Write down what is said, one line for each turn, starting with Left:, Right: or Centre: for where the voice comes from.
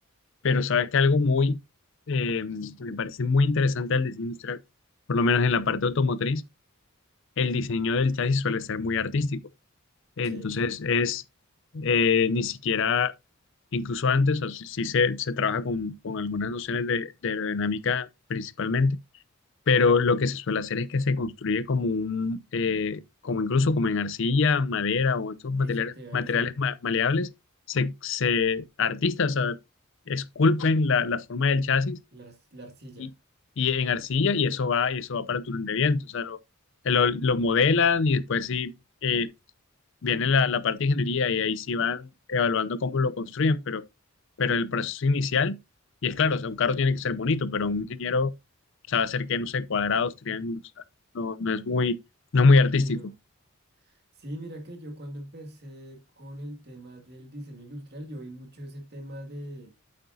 Left: Pero sabes que algo muy, eh, que me parece muy interesante del diseño industrial, por lo menos en la parte automotriz, el diseño del chasis suele ser muy artístico. Entonces
Right: Che,
Left: es eh, ni siquiera, incluso antes, o sea, sí sí se, se trabaja con, con algunas nociones de, de aerodinámica principalmente, pero lo que se suele hacer es que se construye como un, eh, como incluso como en arcilla, madera o estos materiales,
Right: eso te iba
Left: materiales
Right: a decir,
Left: ma- maleables, se, se- artistas, o sea, esculpen la, la forma del chasis
Right: la, ars- la arcilla.
Left: y, y en arcilla y eso va, y eso va para el túnel de viento, o sea, lo, lo, lo modelan y después sí eh, viene la, la parte de ingeniería y ahí sí van evaluando cómo lo construyen, pero, pero el proceso inicial, y es claro, o sea, un carro tiene que ser bonito, pero un ingeniero sabe hacer que, no sé, cuadrados, triángulos, o sea, no, no es muy, no es muy artístico.
Right: Sí, no. Sí, mira que yo cuando empecé con el tema del diseño industrial, yo vi mucho ese tema de,